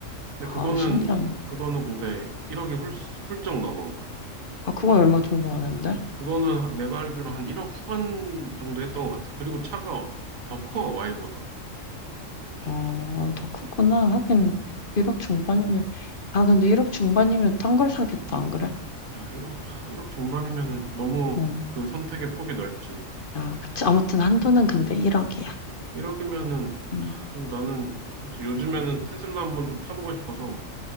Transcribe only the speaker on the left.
아, 신기하네.
아, 그건 얼마 정도 하는데?
어, 더 크구나. 하긴, 1억
중반이면, 아, 근데 1억 중반이면 딴 걸 사겠다, 안 그래?
응.
아, 그치. 아무튼 한도는 근데 1억이야.
응,